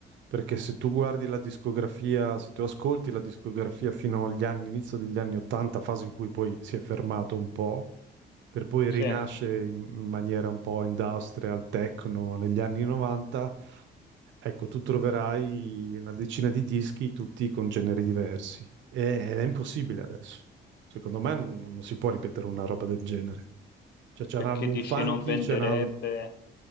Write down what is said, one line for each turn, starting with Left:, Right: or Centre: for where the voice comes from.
Right: perché se tu guardi la discografia, se tu ascolti la discografia fino agli anni, inizio degli anni 80, fase in cui poi si è fermato un po', per poi
Left: sì,
Right: rinascere in in maniera un po' industrial, techno negli anni 90, Ecco, tu troverai una decina di dischi, tutti con generi diversi. E- Ed è impossibile adesso. Secondo me non, non si può ripetere una roba del genere. Cioè, c'è
Left: perché
Right: un album
Left: dici
Right: funky,
Left: non venderebbe.
Right: c'è una-